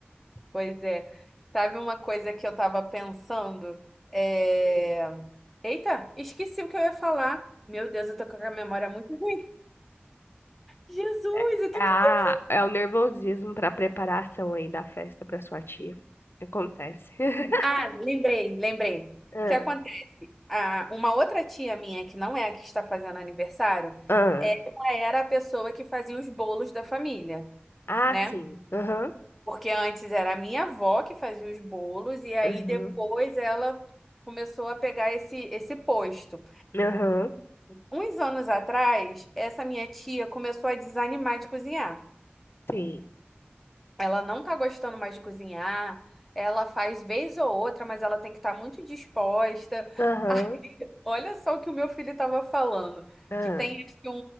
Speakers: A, in the centre; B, on the left.
A: Pois é. Sabe uma coisa que eu tava pensando? É...
B: Hum.
A: Eita, esqueci o que eu ia falar. Meu Deus, eu tô com a memória muito ruim. Jesus,
B: É,
A: o que
B: a,
A: que... eu-
B: é o nervosismo para preparação aí da festa para sua tia. Acontece. <laughs>
A: Ah, lembrei, lembrei. O
B: Ah,
A: que acontece? Ah, uma outra tia minha, que não é a que está fazendo aniversário,
B: ah,
A: ela era a pessoa que fazia os bolos da família,
B: ah,
A: né?
B: sim. Aham,
A: Porque antes era a minha avó que fazia os bolos, e aí
B: aham,
A: depois ela começou a pegar esse, esse posto.
B: aham,
A: Uns anos atrás, essa minha tia começou a desanimar de cozinhar.
B: sim.
A: Ela não tá gostando mais de cozinhar. Ela faz vez ou outra, mas ela tem que estar muito disposta.
B: Aham,
A: Aí, <laughs> olha só o que o meu filho estava falando.
B: ah,
A: Que tem acho que um,